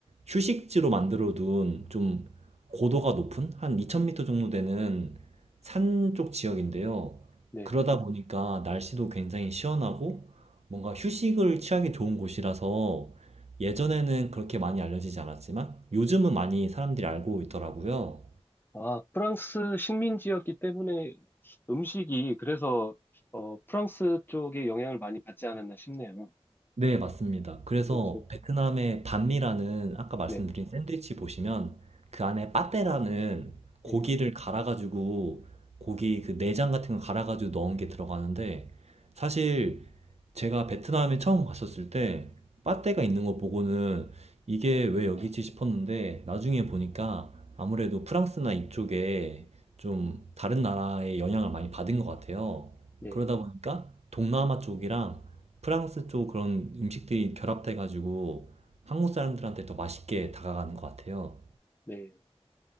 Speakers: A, on the right; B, on the left.
A: 휴식지로 만들어 둔 좀 고도가 높은 한 2000m 정도 되는 산 쪽 지역인데요.
B: 네.
A: 그러다 보니까 날씨도 굉장히 시원하고 뭔가 휴식을 취하기 좋은 곳이라서 예전에는 그렇게 많이 알려지지 않았지만 요즘은 많이 사람들이 알고 있더라고요.
B: 아, 프랑스 식민지였기 때문에 음식이 그래서 어, 프랑스 쪽에 영향을 많이 받지 않았나 싶네요.
A: 네, 맞습니다. 그래서
B: 그렇죠.
A: 베트남의 반미라는 아까 말씀드린
B: 네,
A: 샌드위치 보시면 그 안에 빠떼라는
B: 네,
A: 고기를 갈아가지고 고기 그 내장 같은 거 갈아가지고 넣은 게 들어가는데 사실 제가 베트남에 처음 갔었을 때 빠떼가 있는 거 보고는 이게 왜 여기지 싶었는데 나중에 보니까 아무래도 프랑스나 이쪽에 좀 다른 나라의 영향을 많이 받은 것 같아요.
B: 네,
A: 그러다 보니까 동남아 쪽이랑 프랑스 쪽 그런 음식들이 결합돼가지고 한국 사람들한테 더 맛있게 다가가는 것 같아요.
B: 네.